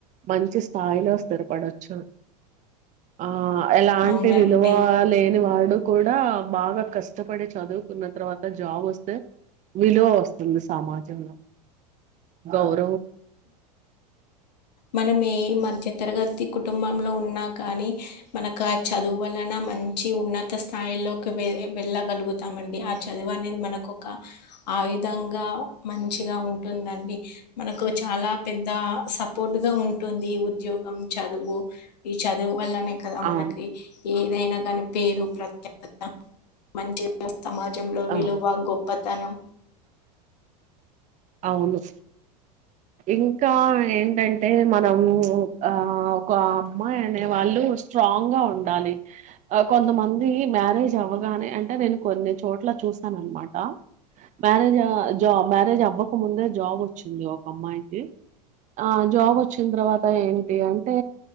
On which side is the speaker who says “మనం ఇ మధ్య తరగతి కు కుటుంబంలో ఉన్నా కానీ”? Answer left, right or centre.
Left